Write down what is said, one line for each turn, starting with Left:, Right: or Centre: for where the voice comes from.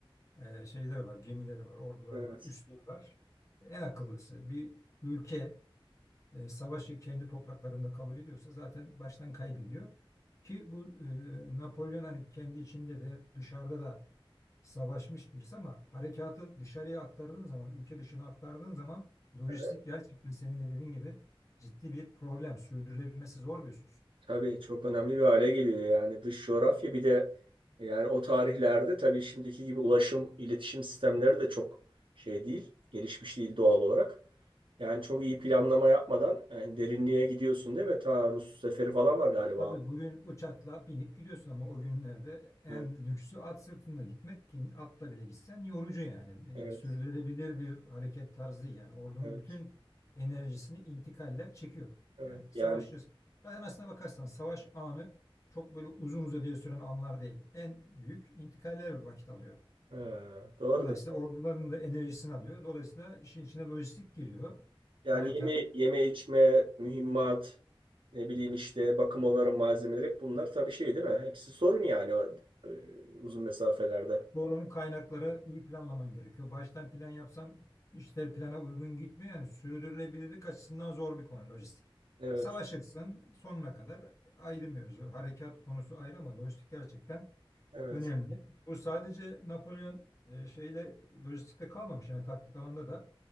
Left: e, şeyleri var, gemileri var, orduları
Right: evet,
Left: var, üsleri var. En akıllısı bir ülke e, savaşı kendi topraklarında kabul ediyorsa zaten baştan kaybediyor. Ki bu e, Napolyon hani kendi içinde de dışarıda da savaşmış birisi ama harekatı dışarıya aktardığın zaman, ülke dışına aktardığın zaman lojistik
Right: evet.
Left: gerçekten senin de dediğin gibi ciddi bir problem. Sürdürülebilmesi zor bir husus.
Right: Tabii çok önemli bir hale geliyor yani dış coğrafya bir de yani o tarihlerde tabii şimdiki gibi ulaşım, iletişim sistemleri de çok şey değil, gelişmiş değil doğal olarak. Yani çok iyi planlama yapmadan yani derinliğe gidiyorsun değil mi? Ta Rus seferi falan var galiba.
Left: Tabii bugün uçakla binip gidiyorsun ama o günlerde en
Right: Evet,
Left: lüksü at sırtında gitmek ki atla bile gitsen yorucu yani. Ee,
Right: evet,
Left: sürdürülebilir bir hareket tarzı değil. yani ordunun
Right: evet,
Left: bütün enerjisini intikaller çekiyor.
Right: evet.
Left: Yani savaşçı
Right: Yani
Left: zaten aslına bakarsan savaş anı çok böyle uzun uzadıya süren anlar değil. En büyük intikaller vakit alıyor.
Right: ha, doğrudur.
Left: Dolayısıyla orduların da enerjisini alıyor. Dolayısıyla işin içine lojistik giriyor.
Right: Yani
Left: Harekat.
Right: yeme, yeme içme, mühimmat, ne bileyim işte bakım onarım malzemeleri hep bunlar tabii şey değil mi? Hepsi sorun yani o, e, uzun mesafelerde.
Left: Doğru onun kaynakları iyi planlaman gerekiyor. Baştan plan yapsan işler plana uygun gitmiyor. Yani sürdürülebilirlik açısından zor bir konu lojistik.
Right: Evet,
Left: Savaşırsın sonuna kadar ayrı mevzu. Harekat konusu ayrı ama lojistik gerçekten
Right: evet,
Left: önemli. Bu sadece Napolyon e, şeyle lojistikte kalmamış. Yani taktik alanda da